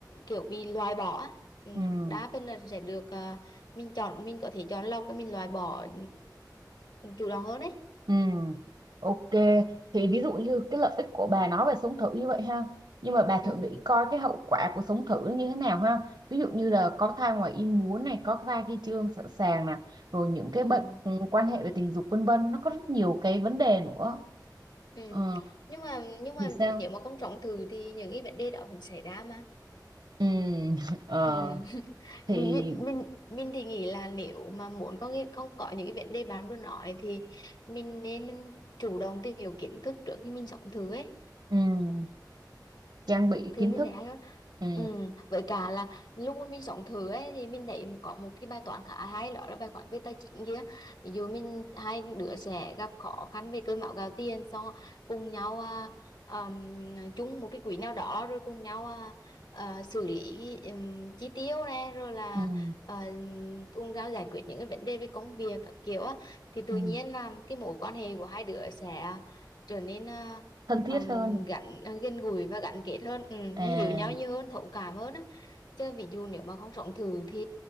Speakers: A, on the left; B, on the right.
A: kiểu bị loại bỏ á. Ừ,
B: ừ
A: đa phần là sẽ được ờ, mình chọn mình có thể chọn lọc và mình loại bỏ ừ, chủ động hơn đấy
B: Ừ, ok. Thì ví dụ như cái lợi ích của bà nói về sống thử như vậy ha. Nhưng mà bà
A: ừ,
B: thử nghĩ coi cái hậu quả của sống thử nó như thế nào ha. Ví dụ như là có thai ngoài ý muốn này, có thai khi chưa sẵn sàng nè, rồi những cái
A: ừ,
B: bệnh ừ, quan hệ về tình dục vân vân, nó có rất nhiều cái vấn đề nữa.
A: ừ.
B: Ờ,
A: nhưng mà nhưng mà
B: thì sao?
A: nếu mà không sống thử thì những cái vấn đề đó vẫn xảy ra mà
B: Ừ, <laughs> ờ,
A: Ừ. <laughs>
B: thì
A: Mình, mình mình thì nghĩ là nếu mà muốn có cái- không có những cái vấn đề bạn vừa nói thì mình nên chủ động tìm hiểu kiến thức trước khi mình sống thử ấy
B: ừ, trang bị
A: thì
B: kiến
A: mình
B: thức,
A: thấy hay hơn
B: ừ,
A: ừ, với cả là lúc mà mình sống thử ấy thì mình thấy có một cái bài toán khá hay đó là bài toán về tài chính kia ví dụ mình hai đứa sẽ gặp khó khăn về cơm áo gạo tiền xong cùng nhau à, ừm, chung một cái quỹ nào đó rồi cùng nhau à, à, xử lý ừm, chi tiêu này rồi là
B: ừ,
A: à, cùng nhau giải quyết những cái vấn đề về công việc các kiểu á thì tự
B: ừ,
A: nhiên là cái mối quan hệ của hai đứa sẽ trở nên à,
B: thân thiết
A: um,
B: hơn.
A: gắn à, gần gũi và gắn kết hơn ừ,
B: À.
A: nó hiểu nhau nhiều hơn thấu cảm hơn á chứ ví dụ nếu mà không sống thử thì